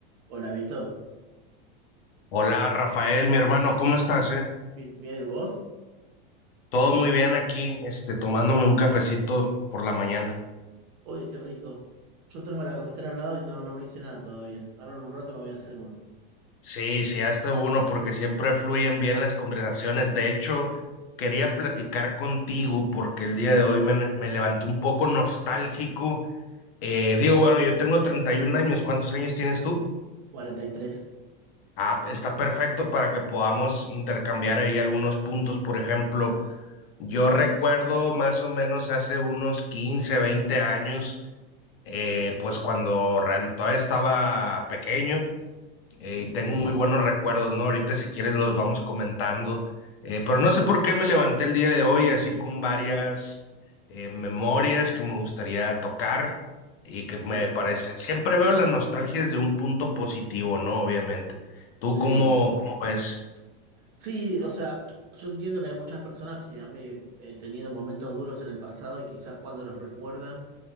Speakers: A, on the right (about 30°); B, on the left (about 75°).
A: Hola, Vito.
B: Hola Rafael, mi hermano, ¿cómo estás, eh?
A: Bi- Bien, ¿vos?
B: Todo muy bien aquí, este, tomándome un cafecito por la mañana.
A: Oye, qué rico. Yo tengo la cafetera al lado y no, no me hice nada todavía. Ahora en un rato me voy a hacer uno.
B: Sí, sí, hasta uno, porque siempre fluyen bien las conversaciones. De hecho, quería platicar contigo porque el día de hoy me, me levanté un poco nostálgico. Eh, digo, bueno, yo tengo 31 años, ¿cuántos años tienes tú?
A: 43.
B: Ah, está perfecto para que podamos intercambiar ahí algunos puntos, por ejemplo. Yo recuerdo más o menos hace unos 15, 20 años, eh, pues cuando real- todavía estaba pequeño eh,
A: Ujú.
B: y tengo muy buenos recuerdos, ¿no? Ahorita si quieres los vamos comentando, Eh, pero no sé por qué me levanté el día de hoy así con varias eh, memorias que me gustaría tocar y que me
A: Y
B: parece, siempre veo la nostalgia desde un punto positivo, ¿no? Obviamente. ¿Tú
A: sí.
B: cómo, cómo ves?
A: Sí, o sea, yo entiendo que hay muchas personas que han eh, tenido momentos duros en el pasado y quizás cuando los recuerdan